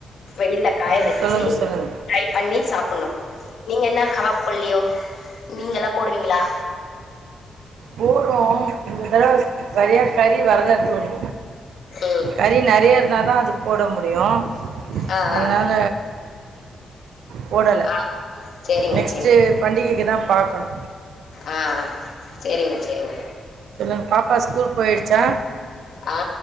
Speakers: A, on the left (about 70°); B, on the right (about 85°).
A: வெயில்ல காய
B: ம்,
A: வச்சு
B: சொல்லுங்க சொல்லுங்க
A: பண்ணி சாப்பிடணு நீங்க என்ன கபாப் போல்லையோ நீங்க எல்லா போடுவீங்களா
B: போட்றோ இந்த தடவ சரியா கறி வரல தோழி
A: ம்
B: கறி நெறைய இருந்தாதா அது போட முடியு
A: ஆ
B: அதுனால
A: ஆ
B: போடல
A: ஆ சேரிங்க
B: நெக்ஸ்ட்டு
A: சேரிங்க
B: பண்டிகைக்கு தா பாக்கணு
A: ஆ சேரிங்க சேரிங்க
B: சொல்லுங் பாப்பா ஸ்கூல் போய்ட்சா
A: ஆ